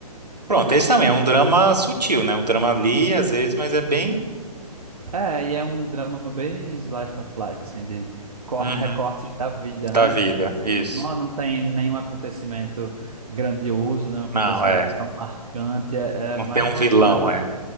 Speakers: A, on the right; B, on the right.
A: Pronto, esse também
B: e
A: é um drama sutil, né? Um drama ali, às vezes, mas é bem...
B: É, e é um drama bem slice of life, assim, de cor-
A: Uhum,
B: <laughs> recortes da vida,
A: da
B: né?
A: vida,
B: Tipo,
A: isso.
B: não, não tem nenhum acontecimento grandioso, nenhum acontecimento
A: Não, é.
B: tão marcante. É,
A: Não
B: é mais
A: tem um
B: mostrando
A: vilão,
B: ali,
A: é.